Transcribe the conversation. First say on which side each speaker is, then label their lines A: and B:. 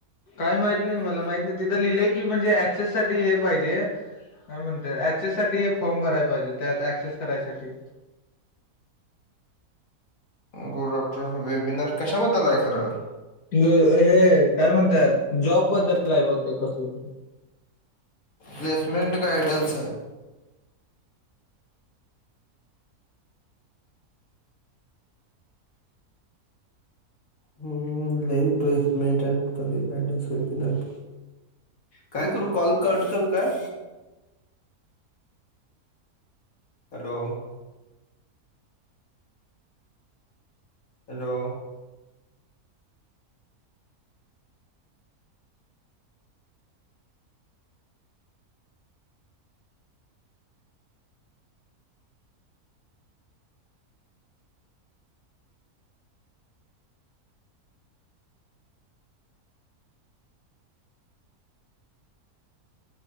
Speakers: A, on the left (about 90°); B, on the left (about 65°).
A: काय माहित नाही मला माहित नाही, तिथं लिहिलंय की म्हणजे ऍक्सेस साठी हे पाहिजे. काय म्हणते ऍक्सेस साठी फॉर्म भराय पाहिजे, त्यात ऍक्सेस करायसाठी.
B: गुड आफ्टरनून बेबीनार कशाबद्दल आहे खरं.
A: हे काय म्हणत्यात, जॉबबद्दल बहुतेक कसलं तर.
B: प्लेसमेंट गार्डन्स हाय. हम हम, ले प्लेसमेंट अ गार्डन्स वेबीनार. काय करू, कॉल कट करू काय? Hello. Hello.